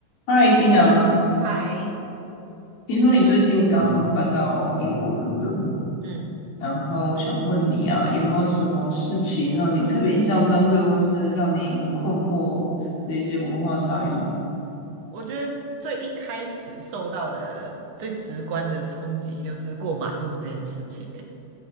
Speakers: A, on the left (about 85°); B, on the right (about 65°).
A: 嗨，Tina，
B: 嗨，
A: 听说你最近刚搬到英国伦敦，
B: 嗯，
A: 然后我想问你啊，有没有什么事情让你特别印象深刻，或是让你很困惑的一些文化差异？
B: 我觉得最一开始受到的最直观的冲击就是过马路这件事情欸 <laughs>